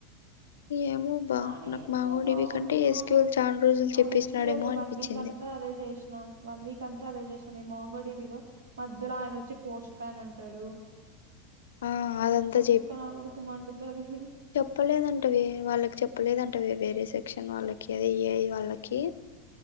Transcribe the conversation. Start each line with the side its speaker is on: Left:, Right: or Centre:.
Left: ఏమో బా
Right: అడెందో
Left: నాకు మాంగో డిబి
Right: బాగుంది
Left: కంటే
Right: ఆ
Left: ఎస్క్యూఎల్ చాలా రోజులు చేపించినాడేమో
Right: అదే స్కేలు
Left: అనిపించింది
Right: వన్ వీక్ అంతా అదే చేస్ నామ్ వన్ వీక్ అంతా అదే చేసినాం ఈ మాంగోడిబిలో మధ్యలో ఆయనొచ్చి పోస్ట్ ప్యాన్ అంటాడు
Left: ఆ అదంతా
Right: ఆ తిక్క నా కొడుకు మండుతాది
Left: చెప్పలేదంట వే వాళ్ళకి చెప్పలేదంట వే వేరే సెక్షన్ వాళ్ళకి అదే ఎఐ వాళ్ళకి